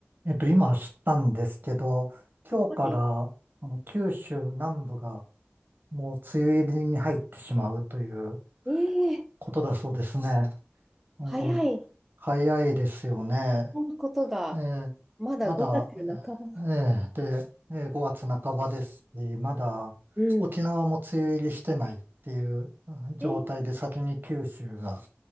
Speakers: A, on the right (about 45°); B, in the centre.
A: えっと、今知ったんですけど、今日から、
B: はい。
A: あの、九州南部がもう梅雨入りに入ってしまうという
B: ええ
A: ことだそうですね。ええ
B: 早い。
A: 早いですよね。
B: そんなことが、
A: ええ
B: まだ5月半ば。
A: まだ、ええで、ええ5月半ばですし、まだ沖縄も梅雨入りしてないっていううん状態で先に九州が
B: うん。ええ